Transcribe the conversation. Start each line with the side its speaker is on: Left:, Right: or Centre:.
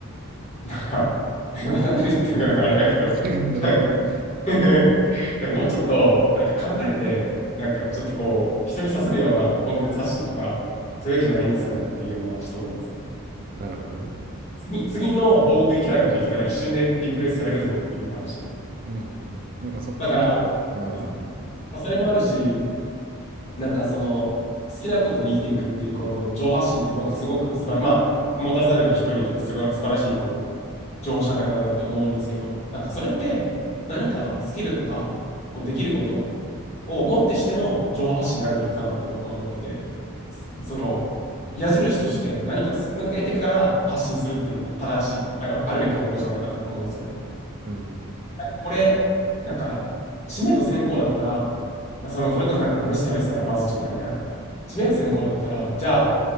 Left: <laughs> なんか、<laughs> なんで飯食ってるのかとかあれやけど、
Right: <laughs> なんでもない
Left: <laughs> なんか
Right: <laughs>
Left: <laughs> だからもうちょっと、なんか考えて、なんかちょっとこう、人に刺さるようなコンテンツ発信とか、そういうわけじゃないんですかねっていうのはちょっと思いますね。
Right: なるほどね。
Left: 次、次の大食いキャラが出てきたら一瞬でリプレイスされるぞっていう話。
Right: うんうんうん。なんかそこはちょっと、
Left: だから、
Right: うんうんうん。
Left: まあそれもあるし、なんかその、好きなことで生きていくっていう、この情報発信って僕すごく素晴ら、まあ、持たざる人にとってすごい素晴らしい、こう、情報社会だなって思うんですけど、なんかそれって何かスキルとか、こうできることをもってしての情報発信になるべきかなって僕は思ってて、その、矢印として何か何か得てから発信するっていうのが正しい、ああるべき方向じゃないかなと思うんですよね。
Right: うんうん
Left: なんかこれ、なんか、知名度先行だったら、まあ、その、それこそなんか、飯食べてたらバズっちゃったみたいな。知名度先行だったら、じゃあ、